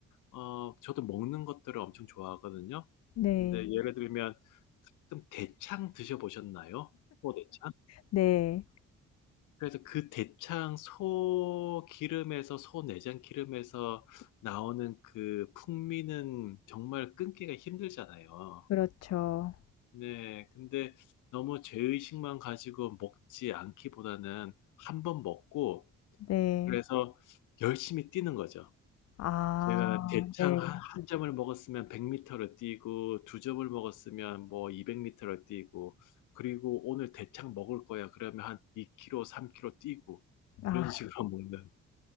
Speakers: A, on the left; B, on the left.
A: 어, 저도 먹는 것들을 엄청 좋아하거든요.
B: 음. 네.
A: 근데 예를 들면, 가끔 대창 드셔보셨나요? 호대창?
B: 네.
A: 그래서 그 대창 소 기름에서, 소 내장 기름에서 나오는 그 풍미는 정말 끊기가 힘들잖아요.
B: 그렇죠.
A: 네. 근데 너무 죄의식만 가지고 먹지 않기보다는 한 번 먹고,
B: 네.
A: 그래서 열심히 뛰는 거죠.
B: 아,
A: 제가 대창
B: 네.
A: 한 한 점을 먹었으면 100 m 를 뛰고 두 점을 먹었으면 뭐 200 m 를 뛰고 그리고 "오늘 대창 먹을 거야." 그러면 한 2 킬로 3 킬로 뛰고 그런
B: 아,
A: 식으로 <laughs> 먹는